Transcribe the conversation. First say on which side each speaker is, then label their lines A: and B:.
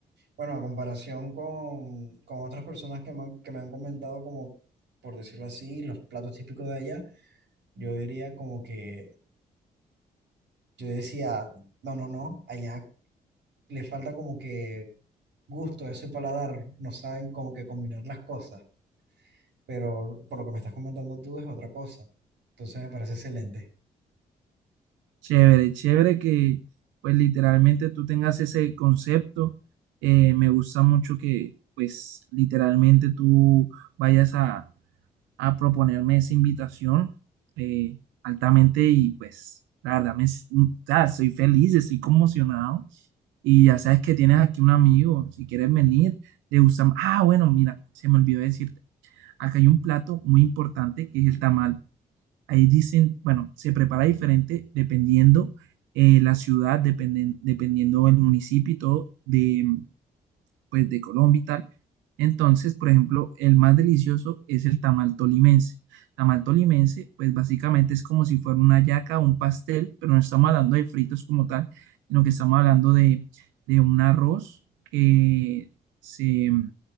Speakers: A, on the right (about 70°); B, on the right (about 85°).
A: bueno, a comparación con, con otras personas que me, han- que me han comentado como, por decirlo así, los platos típicos de allá, yo diría como que, yo decía, no, no, no, allá le falta como que gusto a ese paladar, no saben como que combinar las cosas, pero por lo que me estás comentando tú es otra cosa. Entonces me parece excelente.
B: Chévere, chévere que pues literalmente tú tengas ese concepto. Eh, me gusta mucho que pues literalmente tú vayas a, a proponerme esa invitación eh, altamente y pues la verdad me, s- o sea, soy feliz, estoy conmocionado y ya sabes que tienes aquí un amigo, si quieres venir, te gusta. Ah, bueno, mira, se me olvidó decirte, acá hay un plato muy importante que es el tamal. Ahí dicen, bueno, se prepara diferente dependiendo eh, la ciudad, dependen- dependiendo el municipio y todo de, pues, de Colombia y tal. Entonces, por ejemplo, el más delicioso es el tamal tolimense. Tamal tolimense, pues básicamente es como si fuera una yaca o un pastel, pero no estamos hablando de fritos como tal, sino que estamos hablando de, de un arroz que, se,